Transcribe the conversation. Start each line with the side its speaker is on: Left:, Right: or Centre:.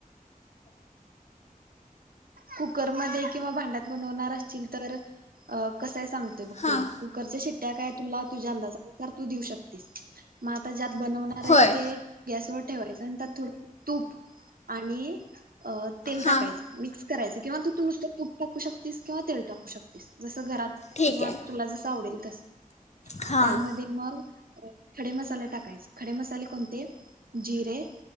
Right: कुकरमध्ये किंवा भांड्यात बनवणार असचील तर अ कसंय सांगतोय ब
Left: हां
Right: तुला, कुकरच्या शिट्ट्या काय तुला तुझ्या अंदाजानुसार तू देऊ शकतेस मग आता ज्यात. बनवणार आहेस
Left: होय
Right: ते. गॅस वर ठेवायच आणि त्यात थोडं तूप आणि तेल अ
Left: हां
Right: टाक मिक्स कराचं किंवा तू तूप टाकू शकतीस किंवा तेल टाकू शकतीस जसं घरात.
Left: ठीक
Right: किंवा
Left: आहे
Right: तुला जसं तावडेल तसं.
Left: हां
Right: त्यामध्ये मग खडे मसाले टाकायचे खडे मसाले कोणते जिरे